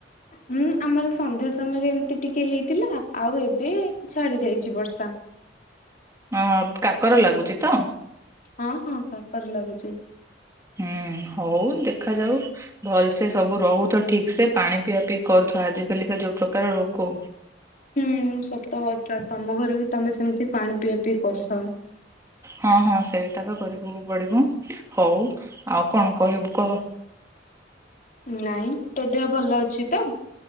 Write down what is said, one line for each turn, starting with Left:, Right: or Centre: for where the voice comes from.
Left: ହୁଁ ଆମର ସନ୍ଧ୍ୟା ସମୟରେ ଏମିତି ଟିକେ ହେଇଥିଲା। ଆଉ ଏବେ ଛାଡି ଯାଇଛି ବର୍ଷା।
Right: ଅ କାକର ଲାଗୁଛି ତ?
Left: ହଁ ହଁ କାକର ଲାଗୁଛି।
Right: ହୁଁ ହଉ ଦେଖାଯାଉ ଭଲ ସେ ସବୁ ରହୁଥ ଠିକ ସେ ପାଣି ପିଆ ପିଇ କରୁଥ ଆଜିକାଲିକା ଯୋଉ ପ୍ରକାର ରୋଗ
Left: ହୁଁ ସତ କଥା ତମ ଘରେ ବି ତମେ ସେମିତି ପାଣି ପିଆ ପିଇ କରୁଥାଅ।
Right: ହଁ ହଁ ସେଇଟା ତ କରିବାକୁ ପଡିବ। ହଉ ଆଉ କଣ କହିବୁ କହ?
Left: ନାଇଁ ତୋ ଦେହ ଭଲ ଅଛି ତ?